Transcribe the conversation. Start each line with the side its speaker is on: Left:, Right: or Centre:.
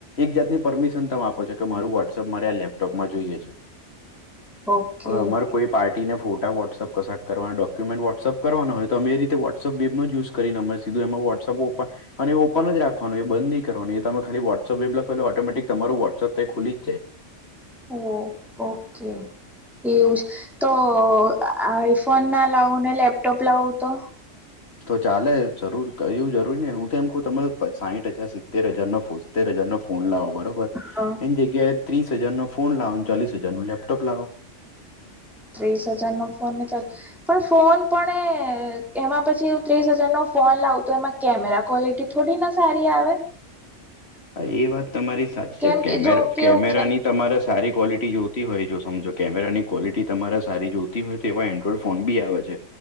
Left: એક જાતની પરમિશન તમે આપો છો કે મારું વોટ્સએપ મારે આ લેપટોપમાં જોઈએ છે,
Centre: ઓકે
Left: હવે અમારે કોઈ પણ પાર્ટી ને ફોટા વોટ્સએપ કરવાના હોય કે, ડોક્યુમેન્ટ વોટ્સઅપ કરવાના હોય તો અમે એ રીતે વોટ્સએપ વેબ નો યુઝ, કરીને અમે સીધું એમાં વોટ્સએપ ઓપન, અને એ ઓપન જ રાખવાનું એ બંધ નહીં કરવાનું એ તમે ખાલી વોટ્સએપ વેબ લખો એટલે ઓટોમેટિક તમારું વોટ્સએપ એ ખુલી જ જાય.
Centre: ઓ... ઓકે. એવું છે તો આઈફોન ના લાવું ને લેપટોપ લાવું તો
Left: તો ચાલે એવું જરૂરી કઈ નથી હું તો એમ કહું તમારો સાહીઠ હજાર સિત્તેર હજાર નો ફોન, તેર હજારનો ફોન લાવો. બરોબર,
Centre: હ
Left: એની જગ્યાએ ત્રીસ હજાર નો ફોન લાવો અને ચાલીસ હજાર નો લેપટોપ લાવો.
Centre: ત્રીસ હજાર નો ફોન પણ ચાલે. પણ ફોન પણ એ એમાં પછી ત્રીસ હજાર નો, ફોન લાવું તો એમાં કેમેરા ક્વોલિટી થોડીના સારી આવે!
Left: હા એ વાત તમારી સાચી છે
Centre: કેમ
Left: કે
Centre: જો કેવું
Left: કેમેરાની,
Centre: છે
Left: તમારે સારી ક્વોલિટી જોતી હોય. જો સમજો કેમેરાની ક્વોલિટી તમારે સારી જોતી હોય તો કે એવા એન્ડ્રોઈડ ફોન ભી આવે છે